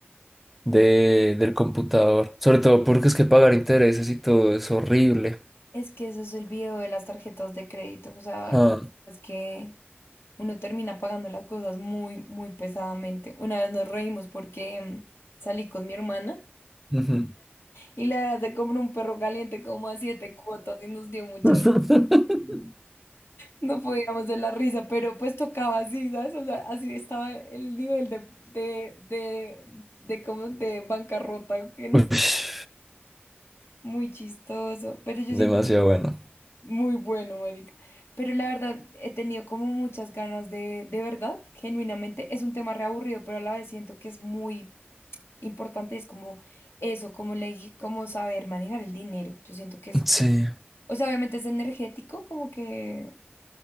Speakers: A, in the centre; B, on the left.
A: de, del computador. Sobre todo porque es que pagar intereses y todo es horrible.
B: es que eso es el video de las tarjetas de crédito. O sea,
A: Ah,
B: es que uno termina pagando las cosas muy, muy pesadamente. Una vez nos reímos porque mm, salí con mi hermana
A: ujú.
B: y la verdad se compró un perro caliente como a siete cuotas y nos dio mucha
A: <laughs>
B: No podíamos de la risa, pero pues tocaba así, ¿sabes? O sea, así estaba el nivel de, de, de, de como de bancarrota, que nos...
A: Ush,
B: Muy chistoso, pero yo
A: demasiado
B: siento que
A: bueno.
B: muy bueno, marica. Pero la verdad, he tenido como muchas ganas de, de verdad, genuinamente, es un tema reaburrido, pero a la vez siento que es muy importante, es como eso, como le dije, como saber manejar el dinero. Yo siento que es,
A: Sí,
B: o sea, obviamente es energético, como que,